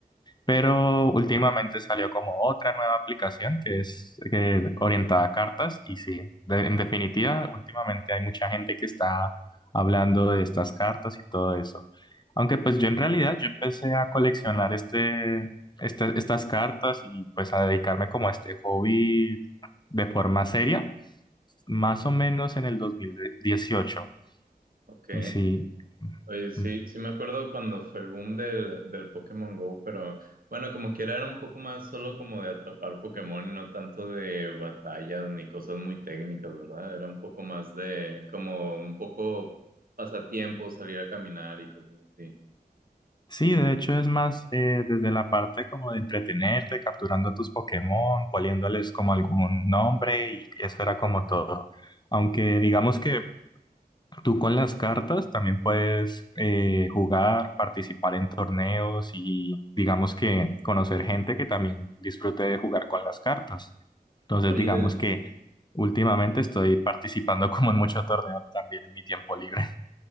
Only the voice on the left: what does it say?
Pero últimamente salió como otra nueva aplicación que es eh, orientada a cartas y sí, de- en definitiva, últimamente hay mucha gente que está hablando de estas cartas y todo eso. Aunque pues yo en realidad yo empecé a coleccionar este, este- estas cartas y pues a dedicarme como a este hobby de forma seria, más o menos en el dos mil dieciocho
Y sí.
Mm, mm.
Sí, de hecho es más eh, desde la parte como de entretenerte, capturando tus Pokémon, poniéndoles como algún nombre y eso era como todo. Aunque digamos que tú con las cartas también puedes eh, jugar, participar en torneos y digamos que conocer gente que también disfrute de jugar con las cartas. Entonces
digamos que últimamente estoy participando <laughs> como en mucho torneo también en mi tiempo libre.